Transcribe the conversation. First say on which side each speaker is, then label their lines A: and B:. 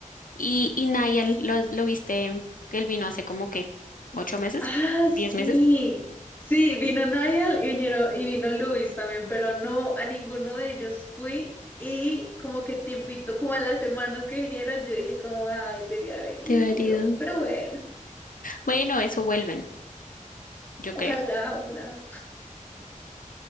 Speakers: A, on the left; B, on the left.
A: Y, y Niall, ¿lo, has- lo viste? Que él vino hace como que ocho meses,
B: Ah,
A: diez
B: sí.
A: meses.
B: Sí, vino Niall y vinieron, y vino Luis también, pero no a ninguno de ellos fui. Y como que tiempito, como a las semanas que vinieron, yo dije como, ay, debí haber ido.
A: Te valido.
B: Pero bueno,
A: Bueno, eso vuelven, yo
B: ojalá,
A: creo.
B: ojalá.